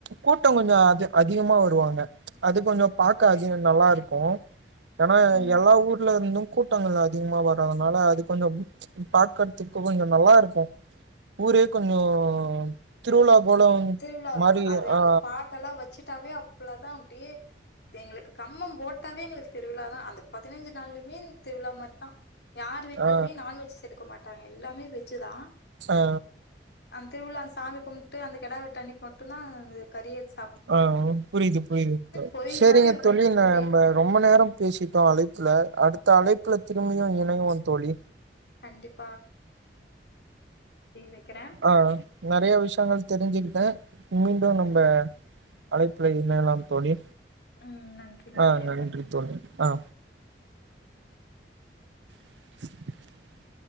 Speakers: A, on the right; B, on the left.
A: கூட்டம் கொஞ்ச அத அதிகமா வருவாங்க அது கொஞ்ச பாக்க அதிக நல்லா இருக்கு ஏன்னா
B: ம்.
A: எல்லா ஊர்ல இருந்தும் கூட்டங்கள் அதிகமா வர்றதுனால அது கொஞ்ச பாக்கறதுக்கு கொஞ்ச நல்லா இருக்கு ஊரே கொஞ்சம் திருவிழா போல
B: திருவிழாதான்
A: மாரி
B: அது அந்த
A: ஆ
B: பாட்டல்லா வச்சுட்டாவே அவ்ளதான் அப்ப எங்களுக்கு கம்மம் போட்டாவே எங்களுக்கு திருவிழா தான் அந்த பதினைஞ்சு நாளுமே திருவிழா மாதிரிதான் யார் வீட்லியுமே
A: ஆ
B: நான்வெஜ் எடுக்க மாட் டாங்க எல்லாமே வெஜ்ஜு தான்
A: அ ஆ
B: திருவிழா சாமி கும்ட்டு அந்த கெடா வெட்டு அன்னிக்கு மட்டுந்தா அந்த கறியத்
A: அ ஆ புரிது புரியுது
B: கோயில்
A: செரிங்க
B: மாரி இருக்கு
A: தோழி
B: எங்க
A: ந
B: ஊரே
A: நம்ப ரொம்ப நேரம் பேசிட்டோம் அழைப்புல அடுத்த அழைப் புல திரும்பியும் இணைவோம் தோழி
B: கண்டிப் வெக்கிறே
A: ஆ நெறய விஷயங்கள் தெரிஞ்சிக்கிட்டேன் மீண்டும் நம்ப அழைப்புல இணையலாம் தோழி
B: ம் நன்றி
A: ஆ நன்றி
B: தம்பி
A: தோழி ஆ <inaudible>